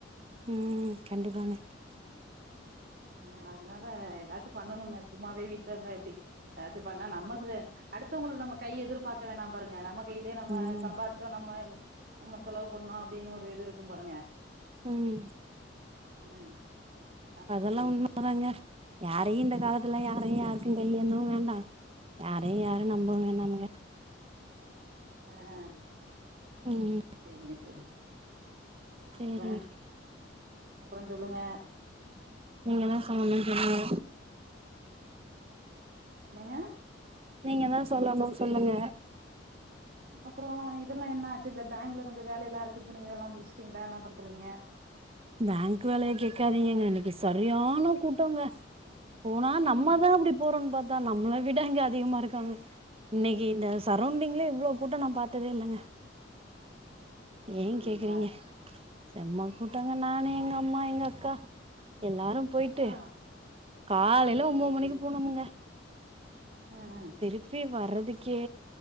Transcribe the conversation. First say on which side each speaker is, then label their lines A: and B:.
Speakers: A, on the right; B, on the right.
A: ம் கண்டிப்பாங்க
B: ஆ அதனால எதாச்சு பண்ணணுங்க சும்மாவே வீட்ல இருந்தா எப்டி எதாச்சு பண்ணா நமக்கு அடுத்தவங்களுக்கு நம்ம கை எதிர்பார்க்க வேணா பாருங்க நமக் கையிலே நம்ம
A: ம்
B: சம்பாரிச்சோ நம்ம நம்ம செலவு பண்ணோ அப்டின்னு ஒரு இது இருக்கும் பாருங்க
A: ம்
B: அ அ நல்ல விஷ்
A: எல்லா உண்மதாங்க யாரையு இந்த காலத்துல யாரையு யாருக்கும் கை ஏந்தவு வேண்டா யாரயு யாரு நம்பவு வேணாமுங்க
B: அ ஆ ஆ
A: ம்
B: செரிங்க செரி
A: சேரிங்க
B: அப்றோ அப்றோ சொல்லுங்க
A: நீங்கதா சொல்லணு சொல்லுங்க
B: என்னங்க
A: நீங்கதா சொல்லனு சொல்லுங்க
B: அப்றோ இதெல்லா என்ன ஆச்சு இந்த பேங்க்ல கொஞ்சொ வேலெல்லா இருக்குனு சொன்னிங்களே எல்லா முடிச்சுட்டீங்ளா என்ன பண்றீங்க
A: பேங்க் வேலைய கேக்காதீங்கங்க என்ன இன்னைக்கு சரியான கூட்டங்க போனா நம்மதா
B: ம்
A: அப்டி போறோன் பாத்தா நம்மள விட இங்க அதிகமா இருக்காங்க இன்னைக்கு இந்த சரௌண்டிங்லே இவ்ளோ கூட்டோ நா பாத்ததே இல்லைங்க
B: அப்டிங்களா
A: ஏ கேக்குறீங்க செம்ம கூட்டங்க நான்
B: ஆ
A: நா எங்க அக்கா எல்லாரு போயிட்டு
B: ஆ
A: காலைல
B: செரி
A: ஒம்போது மணிக்கு போனோமுங்க
B: அ அ
A: திருப்பி வர்றதுக்கே